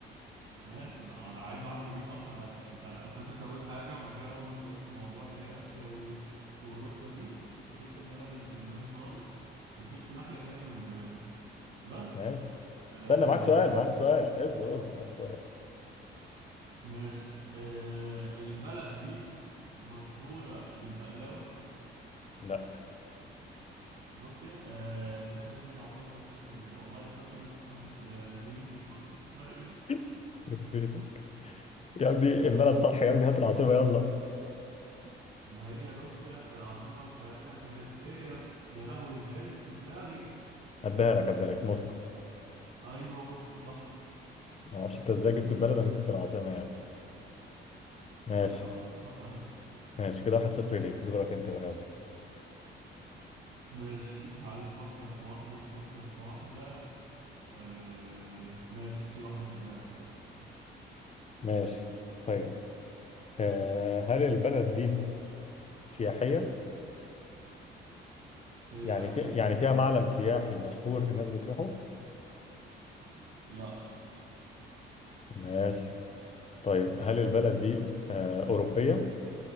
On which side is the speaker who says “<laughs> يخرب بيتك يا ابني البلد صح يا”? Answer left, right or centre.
Left